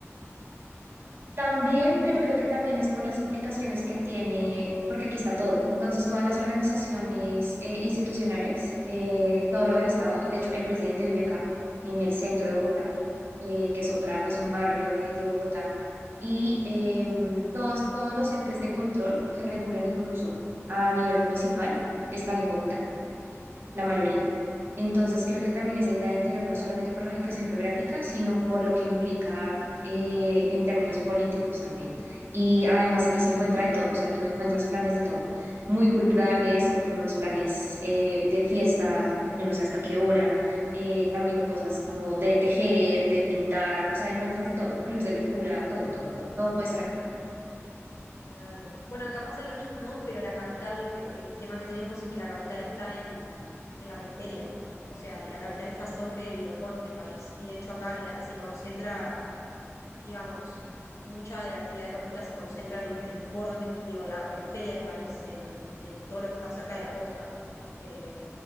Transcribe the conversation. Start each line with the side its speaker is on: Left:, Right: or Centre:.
Right: También, pero creo que también es por las implicaciones que tiene, porque aquí está todo. Entonces, todas las organizaciones eh, institucionales, eh, todo lo del Estado, de hecho, el presidente vive acá, en el centro de Bogotá, eh, que es otra, es un barrio de, de Bogotá, y em, todos, todos los entes de control que regulan incluso a nivel municipal están en Bogotá. la mayoría. Entonces, creo que también esa idea de interior, no solamente por la ubicación geográfica, sino por lo que implica eh, en términos políticos también. Y además aquí se encuentra de todo, o sea, tú encuentras planes de todo, muy culturales o como los planes eh, de fiesta, yo no sé hasta qué hora, eh, también cosas como de tejer, de pintar, o sea, encuentras de todo, clubs de lectura, todo, todo, todo, todo puede estar acá.
Left: Claro. Bueno, acá pasa lo mismo, pero la capital, lo que, el tema que tenemos es que la capital está en, en la periferia. O sea, la capital está sobre los bordes del país. Y de hecho acá la- se concentra digamos, mucha de la actividad económica se concentra en en los bordes, del- de la periferia del país, en, en todo lo que está cerca de la costa. Eh,